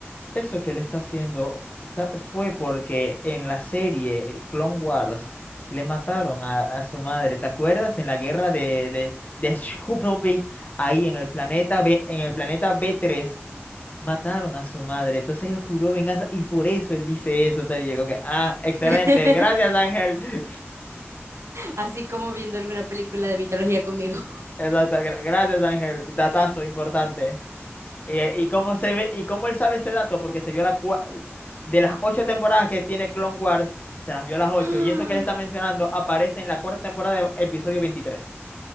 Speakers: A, on the left; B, on the right.
A: Eso que le está haciendo está- fue porque en la serie Clone Wars le mataron a, a su madre. ¿Te acuerdas? En la guerra de, de, de Scoopleby, ahí en el planeta B, en el planeta b tres mataron a su madre. Entonces él juró venganza y por eso él dice eso, tal y llegó que, ah, excelente,
B: <laughs>
A: gracias Ángel. <laughs>
B: Así como viendo alguna película de mitología conmigo.
A: Exacto, gra- gracias Ángel, datazo importante. Eh, ¿Y, cómo se ve, y cómo él sabe ese dato? Porque se vio la cua- de las ocho temporadas que tiene Clone Wars, se las vio las ocho,
B: <gasps>
A: y eso que él está mencionando aparece en la cuarta temporada de episodio veintitrés